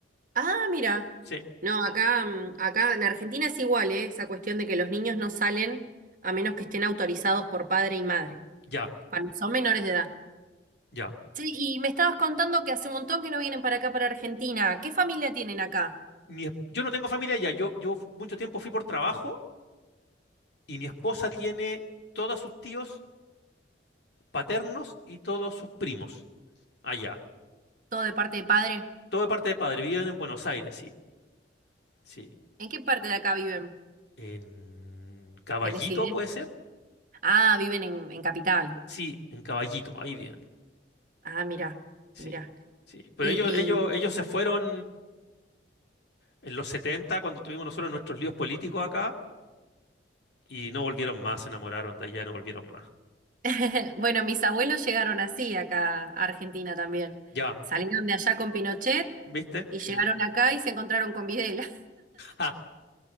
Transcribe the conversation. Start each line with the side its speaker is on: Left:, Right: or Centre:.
Right: Ah, mira.
Left: Sí,
Right: No, acá, mm, acá en Argentina es igual, ¿eh? Esa cuestión de que los niños no salen a menos que estén autorizados por padre y madre,
Left: ya,
Right: cuando son menores de edad.
Left: ya.
Right: Sí, y me estabas contando que hace un montón que no vienen para acá, para Argentina. ¿Qué familia tienen acá?
Left: Mi esp- yo no tengo familia allá. Yo, yo f- mucho tiempo fui por trabajo y mi esposa tiene todos sus tíos paternos y todos sus primos allá.
Right: ¿Todo de parte de padre?
Left: Todo de parte de padre, viven en Buenos Aires, sí, sí.
Right: ¿En qué parte de acá viven?
Left: En Caballito,
Right: ¿Tenés idea?
Left: ¿puede ser?
Right: Ah, viven en, en Capital.
Left: Sí, en Caballito, ahí viven,
Right: Ah, mira,
Left: sí,
Right: mira.
Left: sí. Pero
Right: ¿Y,
Left: ellos, ellos, ellos se fueron en los 70 cuando tuvimos nosotros nuestros líos políticos acá, y no volvieron más, se enamoraron de allá, no volvieron más.
Right: <laughs> Bueno, mis abuelos llegaron así acá a Argentina también.
Left: Ya,
Right: Salieron de allá con Pinochet
Left: ¿viste?
Right: y
Left: Sí.
Right: llegaron acá y se encontraron con Videla.
Left: Ah,